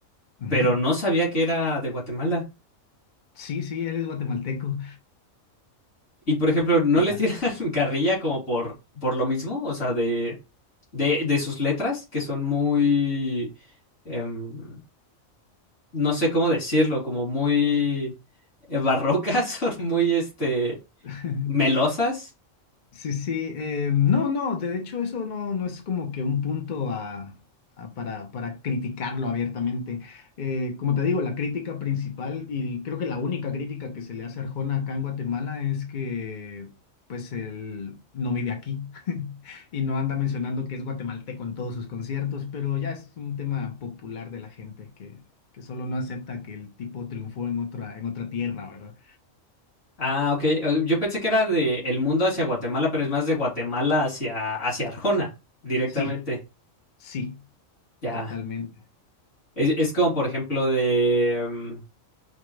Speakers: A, on the left (about 45°); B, on the left (about 60°).
A: Ujú.
B: pero no sabía que era de Guatemala.
A: Sí, sí, él es guatemalteco.
B: Y por ejemplo, ¿no
A: Fíjate.
B: les tiran <laughs> carrilla como por, por lo mismo? O sea, de, de, de sus letras, que son muy, em, no sé cómo decirlo, como muy eh, barrocas, <laughs> son muy, este,
A: <laughs>
B: melosas.
A: Sí, sí, eh, no, no, de hecho eso no, no es como que un punto a, a- para, para criticarlo abiertamente. Eh, como te digo, la crítica principal y creo que la única crítica que se le hace a Arjona acá en Guatemala es que pues él no vive aquí <laughs> y no anda mencionando que es guatemalteco en todos sus conciertos, pero ya es un tema popular de la gente que, que solo no acepta que el tipo triunfó en otra, en otra tierra, ¿verdad?
B: Ah, ok. eh, Yo pensé que era de El Mundo hacia Guatemala, pero es más de Guatemala hacia, hacia Arjona, directamente.
A: Sí, sí,
B: Ya.
A: totalmente.
B: Es, es como, por ejemplo, de, mm,